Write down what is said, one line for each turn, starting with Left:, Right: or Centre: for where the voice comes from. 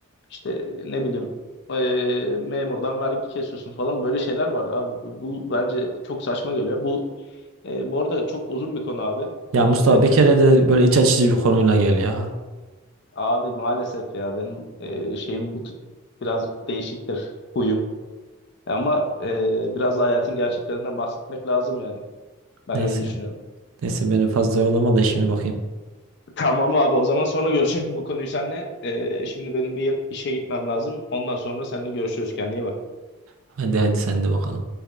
Left: İşte ne bileyim e, memurdan vergi kesiyorsun falan. Böyle şeyler var abi. Bu, bu bence çok saçma geliyor. Bu e, bu arada çok uzun bir konu abi.
Right: ya Mustafa
Left: E,
Right: bir kere de böyle iç açıcı bir konuyla gel ya.
Left: abi maalesef ya benim e, şeyim bu t- biraz değişiktir huyum. Ama e, biraz da hayatın gerçeklerinden bahsetmek lazım yani. Ben
Right: Neyse.
Left: öyle düşünüyorum.
Right: Neyse beni fazla yolama da işime bakayım.
Left: <laughs> Tamam abi o zaman sonra görüşelim bu konuyu seninle. Ee, şimdi benim bir işe gitmem lazım. Ondan sonra seninle görüşürüz. Kendine iyi bak.
Right: Hadi hadi sen de bakalım.